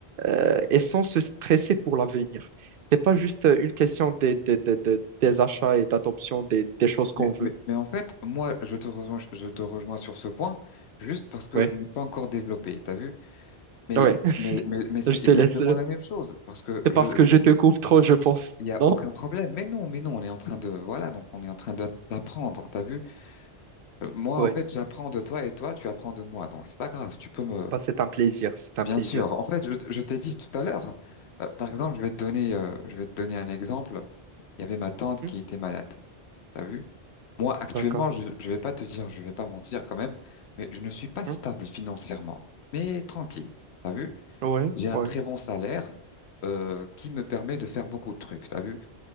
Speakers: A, on the right; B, on the left.
A: euh, et sans se stresser pour l'avenir. C'est pas juste euh, une question des, des, des, des- des achats et d'adoption des, des choses qu'on
B: Mais,
A: veut.
B: mais, mais en fait, moi, je te rejoins, je te rejoins sur ce point, juste parce que
A: Ouais,
B: je n'ai pas encore développé, t'as vu? Mais,
A: ouais, <laughs>
B: mais, mais, mais c'est
A: je te
B: exactement
A: laisse.
B: la même chose, parce que
A: C'est
B: je,
A: parce
B: je
A: que je te coupe trop, je pense.
B: il y a
A: Non?
B: aucun problème. Mais non, mais non, on est en train de, voilà, donc on est en train d'a- d'apprendre, t'as vu? Euh, Moi,
A: Ouais,
B: en fait, j'apprends de toi et toi, tu apprends de moi, donc c'est pas grave, tu peux me,
A: bah, c'est un plaisir, c'est un
B: bien
A: plaisir.
B: sûr. En fait, je, je t'ai dit tout à l'heure, euh, par exemple, je vais te donner, euh, je vais te donner un exemple. Il y avait ma tante
A: Hmm,
B: qui était malade, t'as vu? Moi, actuellement,
A: D'accord.
B: je ne vais pas te dire, je vais pas mentir quand même, mais je ne suis pas
A: Mhm.
B: stable financièrement, mais tranquille. T'as vu?
A: Ouais,
B: J'ai un
A: ouais,
B: très bon salaire euh, qui me permet de faire beaucoup de trucs. T'as vu?